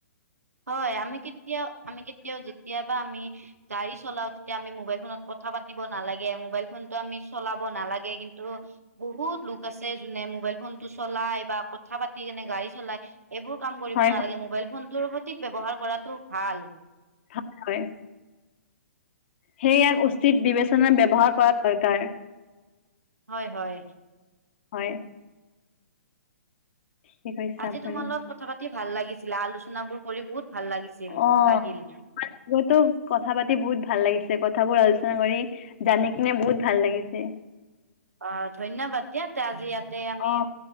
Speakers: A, on the right; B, on the left.
A: হয় আমি কেতিয়াও আমি কেতিয়াও যেতিয়াবা আমি গাড়ী চলাও তেতিয়া আমি মোবাইল ফোনত কথা পাতিব নালাগে। মোবাইল ফোনতটো আমি চলাব নালাগে। কিন্তু বহুত লোক আছে যোনে মোবাইল ফোন টো চলাই বা কথা পাতি কেনে গাড়ী চলাই এইবোৰ কাম কৰিব
B: হয়
A: নালাগে।
B: হয়
A: মোবাইল ফোনটোৰ ব্যৱহাৰ কৰাটো ভাল।
B: থাক কৰে সে ইয়াৰ বিবেচনা ব্যৱহাৰ কৰা। কৰতাৰ
A: হয় হয়
B: হয় ঠিকে কৈছে
A: আজি
B: আপুনি
A: তোমাৰ লগত কথা পা ভাল লাগিছিলে আলোচনা বোৰ কৰি বহুত ভাল লাগিছিল
B: অ
A: লাগিল
B: তুমাৰ লগতো কথা পাতি বহুত ভাল লাগিছে কথাবোৰ আলোচনা কৰি জানি কিনে বহুত ভাল লাগিছে।
A: অ ধন্যবাদ দিয়া আজি ইয়াতে আমি
B: অ